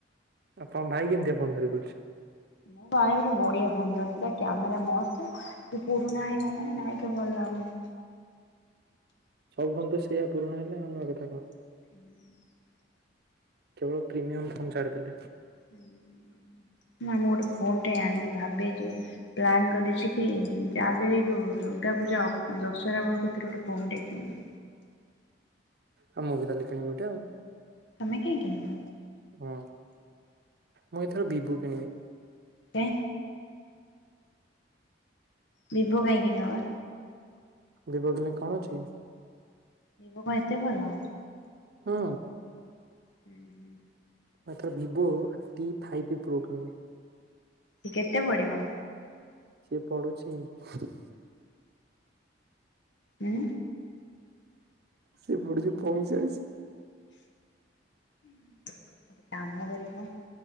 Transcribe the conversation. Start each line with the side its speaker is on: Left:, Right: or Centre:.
Right: ଆପଣ ଭାଇ କେମିତିଆ ଫୋନ୍ ଧରିକି ବୁଲୁଛି?
Left: ମୋ ଭାଇ ଗୋଟେ ବଢିଆ ଫୋନ୍ ଧରିଛି ତାର କ୍ୟାମେରା ମସ୍ତ। ସିଏ ପୁରୁଣା ହେଇଗଲାଣି ନାଁ ଏଟା ଭଲ ଲାଗୁନି।
Right: ସବୁ ଫୋନ୍ ତ ସେଇଆ ପୁରୁଣା ହେଲେ ଆଉ ନୂଆ କଥା କଣ?
Left: ହୁଁ।
Right: କେବଳ ପ୍ରିମିୟମ ଫୋନ୍ ଛାଡ଼ିଥିଲି।
Left: ହୁଁ ନା ମୁଁ ଗୋଟେ ଫୋନ୍ ଟେ ଆଣିବି ଭାବେ ଯେ ପ୍ଲାନ୍ କରିଛି କି ଯା ବି ହେଲେ ଏ ଯଉଁ ଦୁର୍ଗା ପୂଜା ଅଫ ଦଶହରା ବେଳକୁ ଏଥିର ଗୋଟେ ଫୋନ ଟେ କିଣିବି।
Right: ଆଉ ମୁଁ ବି ତାହେଲେ କିଣିବି ଗୋଟେ ଆଉ।
Left: ତମେ କାଇଁକି କିଣିବ?
Right: ହଁ ମୁଁ ଏଥର ଭିବୁ କିଣିବି।
Left: କାଇଁ? ଭିବୋ କାଇଁ କିଣିବ ବା?
Right: ଭିବୋ କିଣିଲେ କଣ ଅଛି କି?
Left: ଭିବୋ କଣ ଏତେ ଭଲ?
Right: ହୁଁ।
Left: ହୁଁ ହୁଁ।
Right: ମାତ୍ର ଭିବୋ ଟି ଫାଇ୍ପ୍ ପ୍ରୋ କିଣିବି।
Left: ସେ କେତେ ପଡ଼ିବ?
Right: ସିଏ ପଡୁଛି ହିଁ।
Left: ଉଁ।
Right: ସିଏ ପଡୁଚି ପଇଁଚାଳିଶ।
Left: ଗୋଟେ କାମ କରିବ?